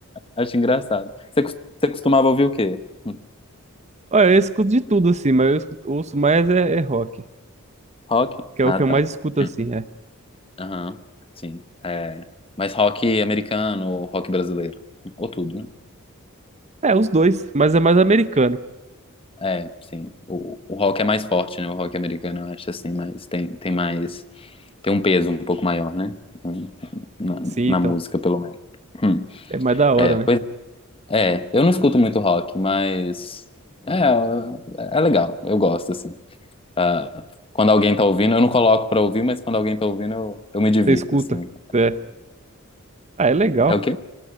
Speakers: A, on the left; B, on the right.
A: Acho engraçado. Você, cos- você costumava ouvir o quê? Hum,
B: Olha, eu escuto de tudo assim, mas eu escuto, ouço mais é, é rock,
A: Rock?
B: que é
A: Ah,
B: o que eu
A: tá.
B: mais escuto assim,
A: Hum,
B: é.
A: Aham, sim. É, mas rock americano ou rock brasileiro? Ou tudo, né?
B: É, os dois, mas é mais americano.
A: É, sim. O, o rock é mais forte, né? O rock americano, eu acho assim, mas tem, tem mais. Tem um peso um pouco maior, né? Na,
B: Sim,
A: na
B: então.
A: música, pelo menos. Hum.
B: É mais da hora,
A: É,
B: né?
A: pois é. Eu não escuto muito rock, mas. É, é é legal. Eu gosto, assim. Ah, quando alguém tá ouvindo, eu não coloco pra ouvir, mas quando alguém tá ouvindo, eu, eu me divirto,
B: Você escuta.
A: assim.
B: É. Ah, é legal.
A: É o quê?